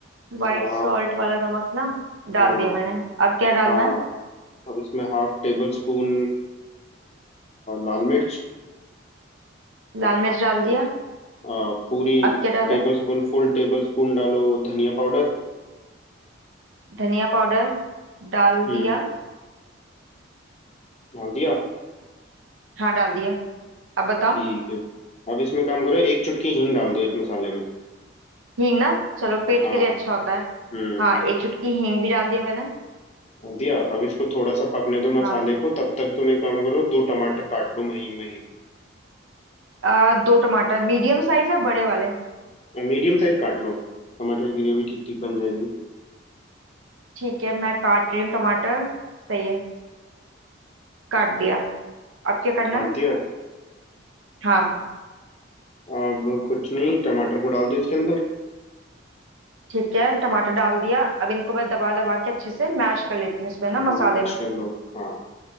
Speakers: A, on the right; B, on the left.
A: वाइट
B: हाफ
A: सॉल्ट वाला नमक ना डाल
B: हाँ
A: दिया मैंने अब क्या डालना
B: हाँ
A: है
B: अब इसमें हाफ टेबल स्पून लाल मिर्च
A: लाल मिर्च डाल दिया
B: अ, पूरी
A: अब क्या डाला
B: टेबल
A: है?
B: स्पून full tablespoon डालो धनिया पाउडर
A: धनिया पाउडर डाल
B: हम्म
A: दिया
B: डाल दिया
A: हाँ डाल दिया अब बताओ
B: ठीक है अब इसमें काम करो एक चुटकी हींग डाल दो इस मसाले में
A: हींग ना चलो पेट
B: हाँ
A: के लिए अच्छा होता है
B: हम्म
A: हाँ एक चुटकी हींग भी डाल दिया मैंने
B: डाल दिया अब इसको थोड़ा सा पकने दो मसाले
A: हाँ
B: को तब तक तुम एक काम करो दो टमाटर काट लो महीन महीन
A: आ, दो टमाटर मीडियम साइज है बड़े वाले
B: मीडियम साइज काट लो टमाटर की ग्रेवी ठीक ठीक बन जाएगी
A: ठीक है मैं काट रही हूँ टमाटर सही है काट दिया अब क्या करना
B: काट
A: है
B: दिया
A: हाँ
B: अब कुछ नहीं टमाटर को डाल दो इसके अंदर
A: ठीक है टमाटर डाल दिया अब इनको मैं दबा दबा के अच्छे से मैश कर लेती हूँ इसमें ना
B: हाँ
A: मसाले
B: मैश
A: में
B: कर लो हाँ